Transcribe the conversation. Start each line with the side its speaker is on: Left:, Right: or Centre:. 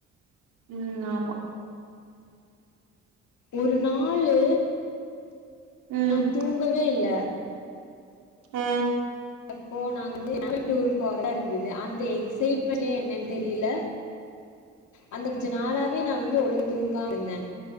Right: ம் ஆமா
Left: ஒரு நாளு
Right: ம்
Left: நா தூங்கவேல
Right: அ
Left: அப்போ நாங்க வந்து ஆனுவல் டூரு போறதாருந்தது அந்த எக்சைட்மென்ட்லியா என்னன் தெரில அந்த அஞ்சு நாளாவே நா வந்து ஒழுங்கா தூங்காம இருந்தே